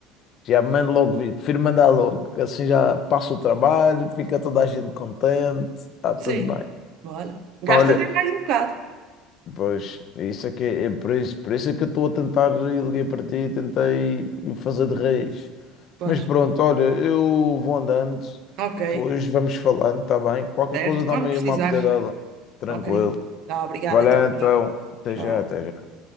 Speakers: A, on the left (about 45°); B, on the right (about 55°).
A: Já mando logo vir, prefiro mandar logo, que assim já passa o trabalho, fica toda a gente contente, está tudo
B: Sim.
A: bem.
B: Bora. Gasta
A: Olha,
B: até mais um bocado.
A: pois, isso é que é, é por isso, por isso é que eu estou a tentar, e liguei para ti, tentei fazer de reis.
B: Pois.
A: Mas pronto, olha, eu vou andando,
B: Ok.
A: depois vamos falando, está bem? Qualquer
B: Certo.
A: coisa dá-me
B: Quando precisares.
A: aí uma apetidela, tranquilo.
B: Ok. Tá, obrigada
A: Valeu,
B: então.
A: então. Até
B: Já.
A: já, até já.